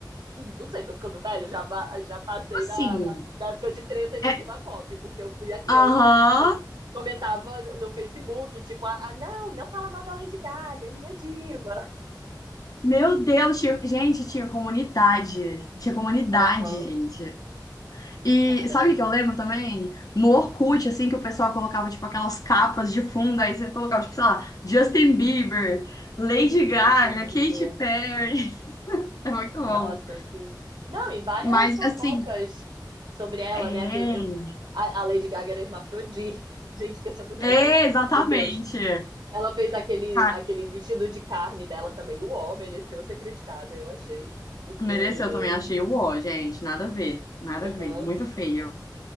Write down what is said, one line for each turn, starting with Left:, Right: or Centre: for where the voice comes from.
Right: não sei, tô ficando velho. Já, ba- já passei
Left: Assim...
Right: da, da, da época de treta de
Left: É...
Right: diva pop, porque eu fui a criança
Left: Aham...
Right: que, tipo, comentava no Facebook, tipo, ah, não, não fala mal da Lady Gaga, é minha diva.
Left: Meu Deus, tinha- gente, tinha comunidade. Tinha comunidade,
Right: Aham.
Left: gente. E
Right: Cara,
Left: sabe o que eu lembro também? No Orkut, assim, que o pessoal colocava, tipo, aquelas capas de fundo, aí você colocava, tipo, sei lá, Justin Bieber, Lady Gaga,
Right: Justin Bieber,
Left: Katy Perry. <laughs> É muito bom.
Right: nossa, assim. Não, e várias
Left: Mas,
Right: fofocas
Left: assim,
Right: sobre ela,
Left: é.
Right: né? Que eu- a, a Lady Gaga era hermafrodita. <laughs> Gente, que essa mulher
Left: É,
Right: já ouviu,
Left: exatamente.
Right: meu Deus. Ela fez aquele,
Left: Cara,
Right: aquele vestido de carne dela também. O homem mereceu ser criticado, eu achei. Porque.
Left: mereceu também, achei o ó, gente. Nada a ver, nada
Right: Aham.
Left: a ver. Muito feio.